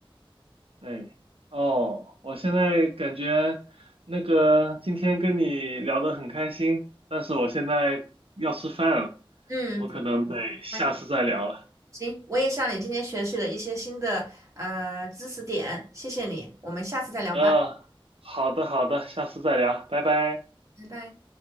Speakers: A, on the right; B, on the right.
A: 哎，哦，我现在感觉那个今天跟你聊得很开心，但是我现在要吃饭了，
B: 嗯，
A: 我可能得下次再聊了。
B: 我明白行，我也向你今天学习了一些新的呃知识点，谢谢你，我们下次再聊吧，
A: 嗯，好的好的，下次再聊，拜拜。
B: 拜拜。